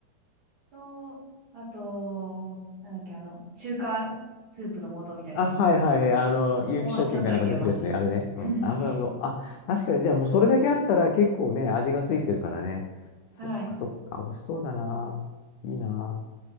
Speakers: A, on the right; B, on the left.
A: と、あと、なんだっけ、あの、中華スープの素みたいなやつ
B: あ、はいはいはい。あの、有機食品がなんか出てるですね。
A: をちょっと入れます。
B: あれね。
A: <laughs>
B: うん。あ、なるほど。あ、確かに、じゃあもうそれだけあったら結構ね、味がついてるからね。そっかそっか。
A: はい。
B: 美味しそうだな。いいな。